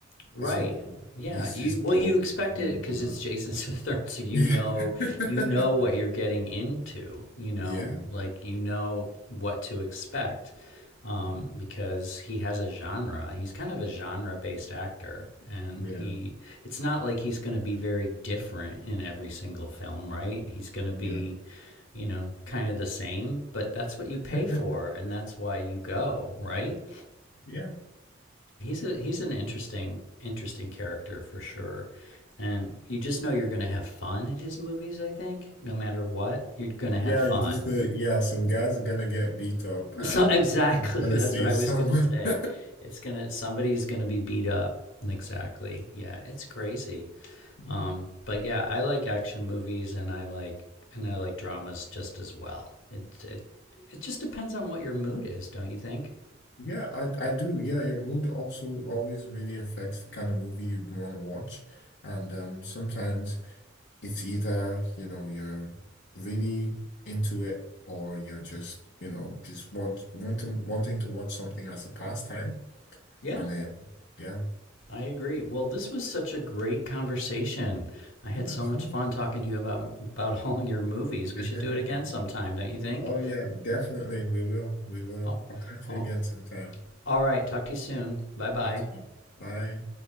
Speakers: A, on the left; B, on the left.
A: Right.
B: It's not,
A: Yeah.
B: he's
A: You
B: just
A: well,
B: known,
A: you expect
B: known
A: it because
B: for that.
A: it's Jason <laughs> Statham, so you
B: <laughs>
A: know you know what you're getting into. You know,
B: Yeah.
A: like you know what to expect um,
B: Mhm.
A: because he has a genre. He's kind of a genre-based actor, and
B: Yeah.
A: he it's not like he's going to be very different in every single film, right? He's going to be
B: Yeah.
A: you know kind of the same, but that's what you pay
B: <laughs>
A: for, and that's why you go, right?
B: Yeah.
A: he's a he's an interesting interesting character for sure and you just know you're going to have fun at his movies i think no matter what you're going to
B: Yeah,
A: have fun
B: you just uh, yeah, some guys are gonna get beat up
A: <laughs>
B: and
A: so exactly
B: gonna
A: that's
B: save
A: what i was
B: someone.
A: going to say
B: <laughs>
A: it's going to somebody's going to be beat up exactly yeah it's crazy
B: Yeah.
A: um but yeah i like action movies and i like and i like dramas just as well it it it just depends on what your mood is don't you think
B: Yeah, I I do. Yeah, your mood also always really affects the kind of movie you'd want to watch. And um sometimes it's either, you know, you're really into it or you're just, you know, just want wanting wanting to watch something as a pastime.
A: yeah
B: And then yeah.
A: I agree. Well, this was such a great conversation. I
B: Yeah,
A: had so
B: I think.
A: much fun talking to you about about <laughs> all your movies. We
B: <laughs>
A: should do it again sometime, don't you think?
B: Oh yeah, definitely. We will. We will.
A: Oh,
B: I'll catch
A: oh.
B: you again sometime.
A: All right. Talk to you soon. Bye bye.
B: Talk to you. Bye.